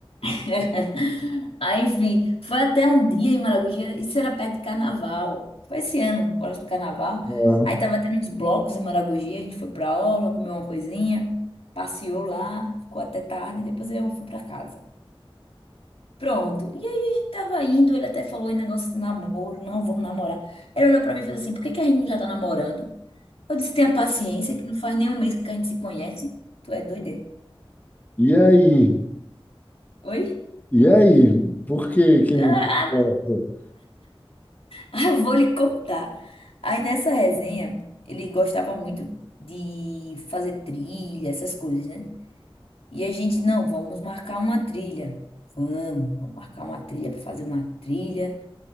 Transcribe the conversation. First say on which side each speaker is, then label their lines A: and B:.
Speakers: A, on the left (about 85°); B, on the left (about 20°).
A: <laughs> Aí, enfim, foi até um dia em Maragogi, isso era perto de carnaval. Foi esse ano, próximo carnaval.
B: É.
A: Aí tava tendo uns blocos em Maragogi, a gente foi pra orla, comeu uma coisinha, passeou lá, ficou até tarde, depois eu fui pra casa. Pronto. E aí a gente tava indo, ele até falou em negócio de namoro, não, vamos namorar. Ele olhou pra mim e fez assim: por que que a gente não já tá namorando? Eu disse: tenha paciência, que não faz nem um mês que a gente se conhece. Tu é doida?
B: E aí?
A: Oi?
B: E aí? Por que que
A: <laughs>
B: não deu certo?
A: Ah, Eu vou lhe contar. Aí nessa resenha, ele gostava muito de fazer trilha, essas coisas, né? E a gente, não, vamos marcar uma trilha. Vamos, vamos marcar uma trilha para fazer uma trilha.